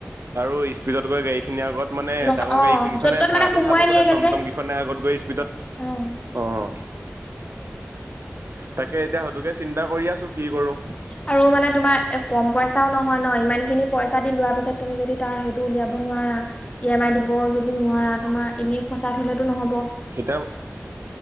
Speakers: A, on the right (about 70°); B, on the left (about 30°).
A: আৰু স্পীডত গৈ গাড়ীখিনি আগত মানে
B: ৰখা
A: ডাঙৰ
B: অ
A: গাড়ী কেইখনে
B: য'ত ত'ত
A: ভাড়াতো
B: মানে সুমুৱাই
A: উঠাব গ'লে
B: দিয়েগে
A: টমটম
B: যে
A: কেইখনে আগত গৈ স্পীডত
B: অ
A: অ' তাকে এতিয়া সেইটোকে চিন্তা কৰি আছোঁ কি কৰোঁ
B: আৰু মানে তোমাৰ কম পইচাও নহয় ন' ইমান খিনি পইচা দি লোৱা পিছত তুমি যদি তাৰ সেইটো উলিয়াব নোৱাৰা ই এম আই দিব যদি নোৱাৰা তোমাৰ এনেই ফচাই থ'লেতো নহ'ব
A: কিতাপ